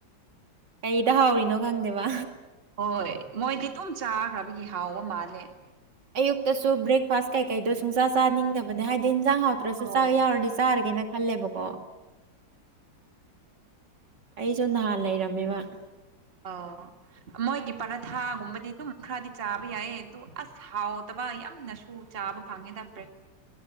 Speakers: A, on the right; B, on the right.
A: ꯀꯩꯗ ꯍꯥꯎꯔꯤꯅꯣ ꯈꯪꯗꯦꯕ
B: ꯍꯣꯏ ꯃꯣꯏꯗꯤ ꯗꯨꯝ ꯆꯥꯈ꯭ꯔꯕꯒꯤ ꯍꯥꯎꯕ ꯃꯥꯜꯂꯦ
A: ꯑꯌꯨꯛꯇꯁꯨ ꯕ꯭ꯔꯦꯛꯐꯥꯁ ꯀꯩꯀꯩꯗꯣ ꯁꯨꯡꯆꯥ ꯆꯥꯅꯤꯡꯗꯕꯅꯦ ꯍꯥꯏꯗꯤ ꯍꯤꯟꯖꯥꯡ ꯍꯥꯎꯇ꯭ꯔꯁꯨ
B: ꯑꯧ
A: ꯆꯥꯛ ꯌꯥꯎꯔꯗꯤ ꯆꯥꯔꯒꯦꯅ ꯈꯜꯂꯦꯕꯀꯣ ꯑꯩꯖꯨ ꯅꯍꯥꯟ ꯂꯩꯔꯝꯃꯦꯕ
B: ꯑꯣ ꯃꯣꯏꯒꯤ ꯄꯔꯥꯊꯥꯒꯨꯝꯕꯗꯤ ꯑꯗꯨꯝ ꯈꯔꯗꯤ ꯆꯥꯕ ꯌꯥꯏꯌꯦ ꯑꯗꯨ ꯑꯁ ꯍꯥꯎꯇꯕ ꯌꯥꯝꯅꯁꯨ ꯆꯥꯕ ꯐꯪꯉꯦꯗ ꯕ꯭ꯔꯦꯛ